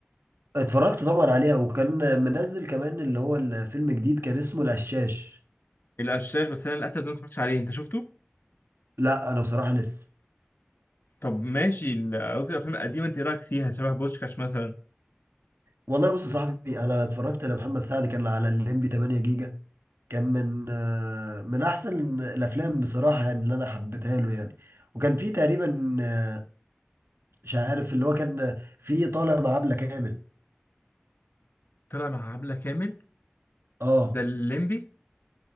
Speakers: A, on the right; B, on the left.
A: اتفرجت طبعا عليها وكان منزل كمان اللي هو الفيلم جديد كان اسمه القشاش
B: القشاش بس انا للاسف ده ما اتفرجتش عليه انت شفته
A: لا انا بصراحه لسه
B: طب ماشي ال- قصدي الافلام القديمه انت إيه رايك فيها شبه بوشكاش مثلا
A: والله بص يا صاحبي انا اتفرجت لمحمد سعد كان على الليمبي 8 جيجا كان من آه، من احسن الافلام بصراحه يعني اللي انا حبيتها له يعني وكان في تقريبا آه، مش عارف اللي هو كان في طالع مع عبله كامل
B: طلع مع عبله كامل
A: اه
B: ده الليمبي